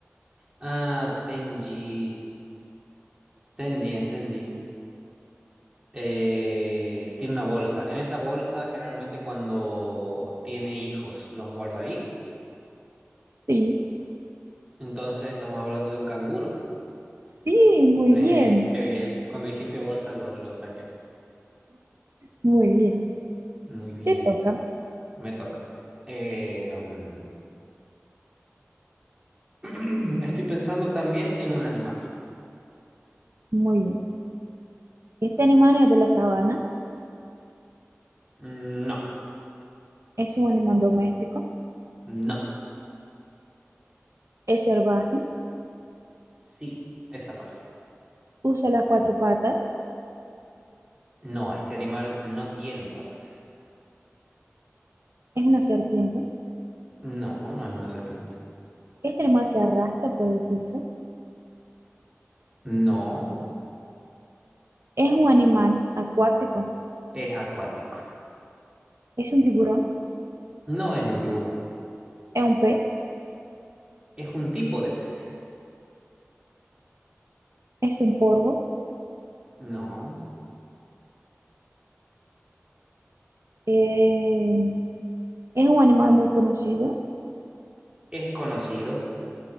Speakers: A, on the right; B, on the right.
A: Ah, Tenji. Entendí, entendí. Eh, tiene una bolsa. En esa bolsa, generalmente cuando tiene hijos, los guarda ahí.
B: Sí,
A: Entonces, estamos hablando de un canguro.
B: sí, muy
A: Eh,
B: bien,
A: <laughs> qué bien. Cuando dijiste bolsa, lo, lo saqué.
B: muy bien.
A: Muy bien.
B: Te toca,
A: Me toca. Eh, um, <clears throat> estoy pensando también en un animal.
B: muy bien. Este animal es de la sabana,
A: Mm, No,
B: es un animal doméstico,
A: no.
B: es salvaje,
A: Sí, es salvaje.
B: usa las cuatro patas,
A: No, este animal no tiene patas.
B: es una serpiente.
A: No, no es una serpiente.
B: Este animal se arrastra por el piso,
A: No,
B: es un animal acuático,
A: es acuático.
B: es un tiburón,
A: No es un tiburón.
B: es un pez,
A: Es un tipo de pez.
B: es un polvo,
A: No,
B: eh, es un animal muy conocido.
A: es conocido.